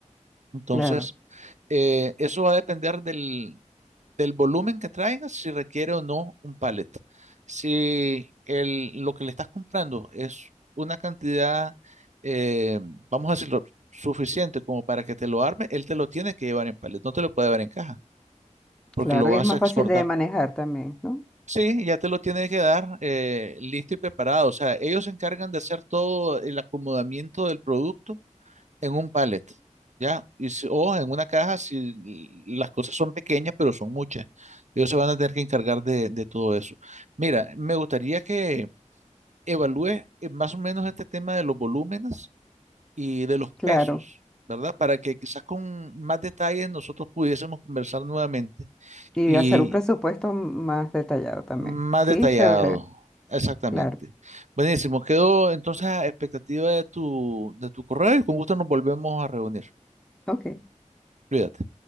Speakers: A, on the right; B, in the centre.
A: Entonces,
B: claro,
A: eh, eso va a depender del, del volumen que traigas, si requiere o no un pallet. Si el, lo que le estás comprando es una cantidad, eh, vamos a decirlo, suficiente como para que te lo arme, él te lo tiene que llevar en pallet, no te lo puede llevar en caja, porque
B: claro,
A: lo vas
B: y es más
A: a exportar.
B: fácil de manejar también, ¿no?
A: Sí, ya te lo tiene que dar eh, listo y preparado. O sea, ellos se encargan de hacer todo el acomodamiento del producto en un pallet, ¿ya? Y si- o en una caja si las cosas son pequeñas, pero son muchas. Ellos se van a tener que encargar de, de todo eso. Mira, me gustaría que evalúes eh, más o menos este tema de los volúmenes y de los
B: Claro,
A: pesos, ¿verdad? Para que quizás con más detalles nosotros pudiésemos conversar nuevamente
B: y
A: y
B: hacer un presupuesto más detallado también.
A: más
B: Sí,
A: detallado.
B: chévere,
A: Exactamente.
B: claro,
A: Buenísimo. Quedo entonces a expectativa de tu, de tu correo y con gusto nos volvemos a reunir.
B: ok.
A: Cuídate.